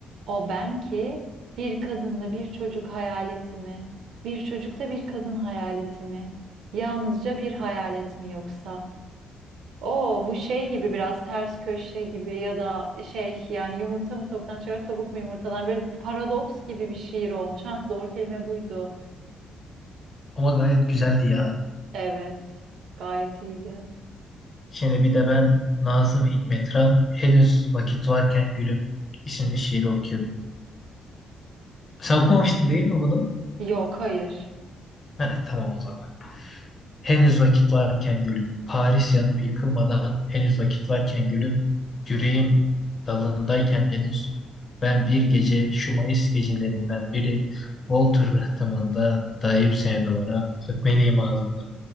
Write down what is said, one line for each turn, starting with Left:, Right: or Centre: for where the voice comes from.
Right: O ben ki bir kadınla bir çocuk hayaleti mi? Bir çocukta bir kadın hayaleti mi? Yalnızca bir hayalet mi yoksa? O bu şey gibi biraz ters köşe gibi ya da şey yani yumurta mı tavuktan çıkar tavuk mu yumurtadan böyle paradoks gibi bir şiir olmuş. Hah doğru kelime buydu.
Left: Ama gayet güzeldi ya.
Right: Evet gayet iyiydi.
Left: Şimdi bir de ben Nazım Hikmetran henüz vakit varken gülüm isimli şiiri okuyorum. Sen okumamıştın değil mi bunu?
Right: Yok hayır.
Left: Heh, tamam o zaman. Henüz vakit varken gülüm, Paris yanıp yıkılmadan henüz vakit varken gülüm, yüreğim dalındayken henüz, ben bir gece şu Mayıs gecelerinden biri Walter rıhtımında dayayıp seni duvara öpmeliyim ağzından.